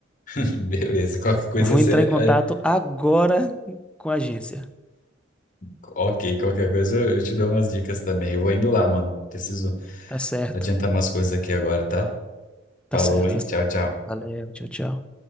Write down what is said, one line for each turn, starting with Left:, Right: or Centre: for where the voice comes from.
Left: <laughs> Beleza, qualquer coisa
Centre: Vou
Left: você.
Centre: entrar em contato
Left: é,
Centre: agora com a agência.
Left: Ok, qualquer coisa eu, eu te dou umas dicas também. Eu vou indo lá, mano. Preciso
Centre: Tá certo.
Left: adiantar umas coisas aqui agora, tá?
Centre: Tá
Left: Falou,
Centre: certo,
Left: hein?
Centre: tá certo.
Left: Tchau, tchau.
Centre: Valeu, tchau, tchau.